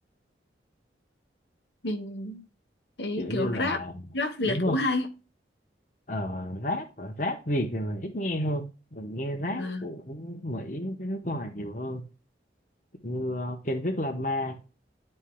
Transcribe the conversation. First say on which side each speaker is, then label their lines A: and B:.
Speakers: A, on the left (about 75°); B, on the left (about 45°).
A: mình thấy
B: kiểu
A: kiểu
B: như là
A: rap, rap Việt
B: đúng không
A: cũng hay.
B: ờ, rap rap Việt thì mình ít nghe hơn mình nghe rap
A: Ờ,
B: của Mỹ với nước ngoài nhiều hơn như ờ, Kendrick Lamar